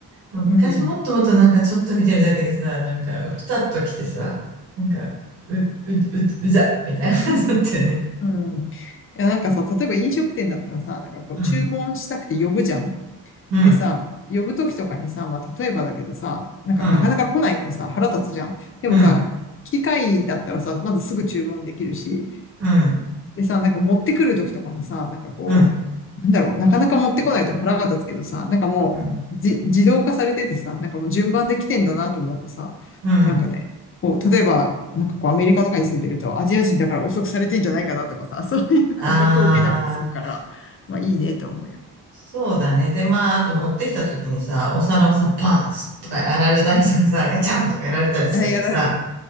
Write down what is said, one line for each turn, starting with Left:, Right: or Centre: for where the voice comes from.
Right: 昔もっともっとなんかちょっと見てるだけでさ、
Left: うん。
Right: なんか、ふたっと来てさ、なんか、う、う、う、うざ、みたいな感じだったよね。
Left: うん。うん。いや、なんかさ、例えば飲食店だったらさ、なんかこう、
Right: うん、
Left: 注文したくて呼ぶじゃん。
Right: うん、
Left: でさ、呼ぶときとかにさ、まあ、例えばだけどさ、なんかなかなか来ないとさ、
Right: うん、
Left: 腹立つじゃん。でもさ、
Right: うん、
Left: 機械だったらさ、まずすぐ注文できるし、
Right: うん、
Left: でさ、なんか持ってくるときとかもさ、なんかこう、
Right: うん、
Left: なんだろう、なかなか持ってこないと腹が立つけどさ、なんかもう、
Right: うん、
Left: じ、自動化されててさ、なんかもう順番で来てんだなと思うとさ、
Right: うん。
Left: なんかね、こう、例えば、なんかこうアメリカとかに住んでると、アジア人だから遅くされてんじゃないかなとかさ、<laughs> そういう感覚を受けなくて済むから、
Right: あー。
Left: まあいいねと思うよ。
Right: そうだね。で、まあ、あと持ってきた時にさ、お皿をさ、バーンとかやられたりとかさ、<laughs> ガチャンとかやられたりするとさ、
Left: あ、やられ、